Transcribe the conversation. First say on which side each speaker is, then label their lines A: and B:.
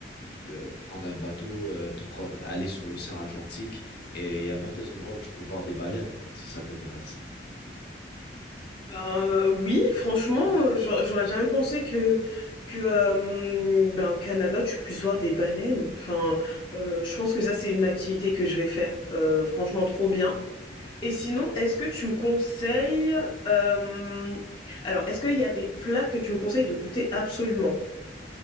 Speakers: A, on the left; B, on the left.
A: tu peux euh, prendre un bateau, euh, te pro- aller sur l'océan Atlantique. Et il y a même des endroits où tu peux voir des baleines, si ça t'intéresse.
B: Ben, heu, oui, franchement, heu, j'au j'aurais jamais pensé que que, hem, ben, au Canada, tu puisses voir des baleines. Enfin, heu, je pense que ça, c'est une activité que je vais faire, heu, franchement trop bien Et sinon, est-ce que tu me conseilles, hem, alors est-ce qu'il y a des plats que tu me conseilles de goûter absolument?